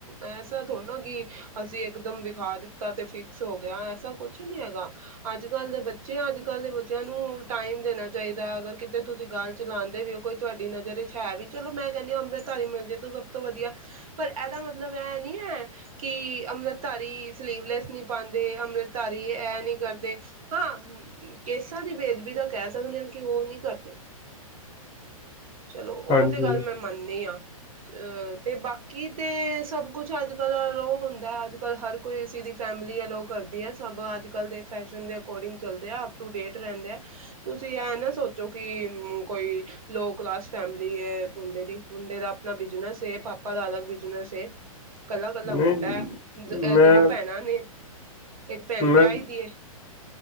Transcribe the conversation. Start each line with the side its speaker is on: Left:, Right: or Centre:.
Right: ਐਸਾ ਥੋੜ੍ਹਾ ਨਾ ਕਿ ਅਸੀਂ ਇਕ ਦਮ ਵਿਖਾ ਦਿੱਤਾ ਤੇ ਫਿਕਸ ਹੋ ਗਿਆ ਐਸਾ ਕੁਛ ਨੀ ਹੈਗਾ। ਅੱਜ ਕੱਲ੍ਹ ਦੇ ਬੱਚੇ ਅੱਜ ਕੱਲ੍ਹ ਦੇ ਬੱਚਿਆਂ ਨੂੰ ਟਾਈਮ ਦੇਣਾ ਚਾਹੀਦਾ ਅਗਰ ਕਿਤੇ ਤੁਸੀਂ ਗੱਲ ਚਲਾਉਂਦੇ ਵੀ ਹੋ ਕੋਈ ਤੁਹਾਡੀ ਨਜ਼ਰ 'ਚ ਹੈ ਵੀ ਚਲੋ ਮੈਂ ਕਹਿੰਦੀ ਹਾਂ ਅੰਮ੍ਰਿਤਧਾਰੀ ਮਿਲਜ਼ੇ ਤੋਂ ਸਭ ਤੋਂ ਵਧੀਆ ਪਰ ਇਹਦਾ ਮਤਲਬ ਇਹ ਨਹੀਂ ਹੈ ਕਿ ਅੰਮ੍ਰਿਤਧਾਰੀ ਸਲੀਵਲੈਸ ਨਹੀਂ ਪਾਉਂਦੇ ਅੰਮ੍ਰਿਤਧਾਰੀ ਇਹ ਨਹੀਂ ਕਰਦੇ। ਹਾਂ ਕੇਸਾਂ ਦੀ ਬੇਦਬੀ ਦਾ ਕਹਿ ਸਕਦੇ ਹਾਂ ਕਿ ਉਹ ਨਹੀਂ ਕਰਦੇ। ਚਲੋ ਉਹ
Left: ਹਾਂਜੀ
Right: ਤੇ ਗੱਲ ਮੈਂ ਮੰਨਦੀ ਆਂ। ਅਹ ਤੇ ਬਾਕੀ ਤੇ ਸਭ ਕੁਛ ਅੱਜ ਕੱਲ ਅਲੋ ਹੁੰਦਾ ਅੱਜ ਕੱਲ ਹਰ ਕੋਈ ਅ ਦੀ ਫੈਮਿਲੀ ਅਲੋ ਕਰਦੀ ਹੈ ਸਭ ਅੱਜ ਕੱਲ ਦੇ ਫੈਸ਼ਨ ਮੁੰਡੇ ਅਕੋਰਡਿੰਗਅਿੰਗ ਚੱਲ ਦੇ ਐਪਟੂਡੇਟ ਰਹਿੰਦੇ ਆ ਤੁਸੀਂ ਇਹ ਨਾ ਸੋਚੋ ਕਿ ਕੋਈ ਲੋ ਕਲਾਸ ਫੈਮਲੀ ਏ ਮੁੰਡੇ ਦੀ, ਮੁੰਡੇ ਦਾ ਆਪਣਾ ਬਿਜਨੇਸ ਏ ਪਾਪਾ ਦਾ ਅਲੱਗ ਬਿਜਨੇਸ ਏ। ਇਕੱਲਾ ਇਕੱਲਾ ਮੁੰਡਾ
Left: ਨਹੀਂ
Right: ਐ।
Left: ਮੈਂ
Right: ਅ ਦੋ ਭੈਣਾਂ ਨੇ। ਇੱਕ ਭੈਣ ਵਿਆਹੀ
Left: ਮੈਂ
Right: ਦੀ ਏ।